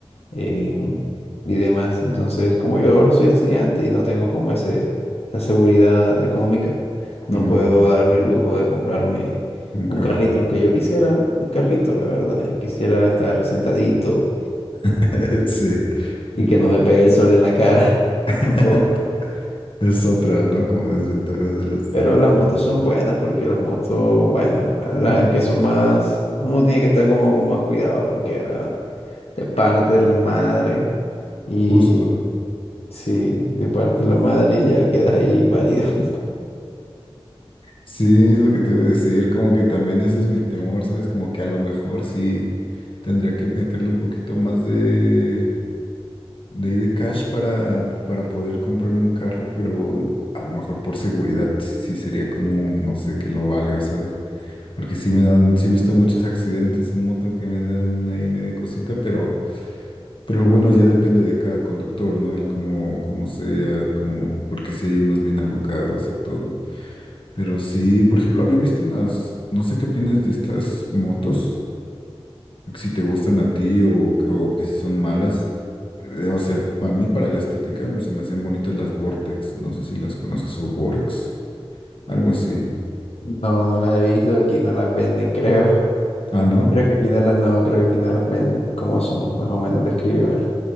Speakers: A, on the left; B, on the left.
A: em, y demás. Entonces, como yo ahora soy estudiante y no tengo como ese, esa seguridad económica, no
B: Ujú,
A: puedo darme el lujo de comprarme
B: Un
A: un
B: carro.
A: carrito, aunque yo quisiera un carrito, la verdad. Yo quisiera estar sentadito
B: <laughs> Sí,
A: <laughs> y
B: un
A: que
B: cómodo.
A: no me pegue el sol en la cara <laughs>
B: <laughs>
A: tampoco.
B: Es otra, ¿no? Como desventaja de las
A: Pero
B: motos.
A: las motos son buenas porque las motos, bueno, las que son más, uno tiene que estar como con más cuidado porque ah, te partes la madre y
B: Justo.
A: si te partes la madre y ya quedas ahí inválido. <laughs>
B: Sí, es lo que te iba a decir. Como que también ese es mi temor, ¿sabes? Como que a lo mejor sí tendría que meterle un poquito más de, de ahí de cash para, para poder comprarme un carro, pero a lo mejor por seguridad sí sería como, no sé, que lo valga, ¿sabes? Porque sí me dan, sí he visto muchos accidentes en moto que me dan ahí medio cosita, pero, pero bueno, ya depende de cada conductor, ¿no? El cómo, cómo sea, cómo, porque sí hay unos bien alocados y todo. Pero sí, por ejemplo, había visto unas, no sé qué opinas de estas motos, si te gustan a ti o, o que si son malas. Eh, o sea, a mí para la estética se me hacían bonitas las Vortex, no sé si las conozcas o Vorks, algo así.
A: No, no las he visto, aquí no las venden, creo.
B: Ah, ¿no?
A: Creo que aquí no las, no, creo que aquí no las venden. ¿Cómo son? Más o menos, descríbemelas.